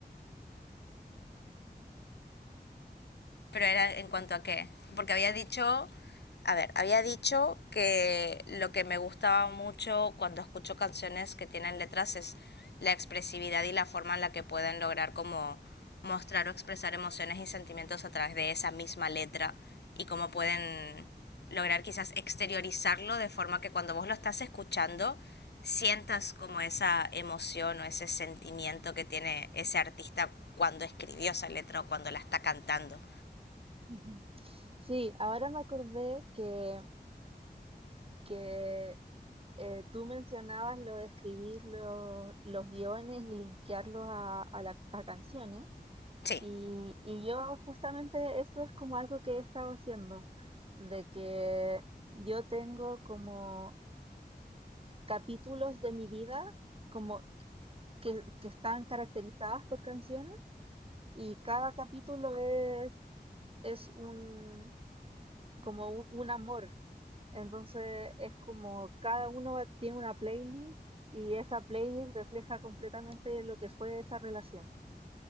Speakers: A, on the left; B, on the right.
A: Pero era en cuanto a qué. Porque había dicho, a ver, había dicho que lo que me gustaba mucho cuando escucho canciones que tienen letras es la expresividad y la forma en la que pueden lograr como mostrar o expresar emociones y sentimientos a través de esa misma letra y cómo pueden lograr quizás exteriorizarlo de forma que cuando vos lo estás escuchando sientas como esa emoción o ese sentimiento que tiene ese artista cuando escribió esa letra o cuando la está cantando.
B: Ujú. Sí, ahora me acordé que, que Eh, tú mencionabas lo de escribir lo- los guiones y linkearlos a, a la- a canciones
A: Sí,
B: y, y yo justamente eso es como algo que he estado haciendo, de que yo tengo como capítulos de mi vida como que, que están caracterizadas por canciones y cada capítulo es, es un, como un un amor Entonces es como cada uno va- tiene una playlist y esa playlist refleja completamente lo que fue esa relación.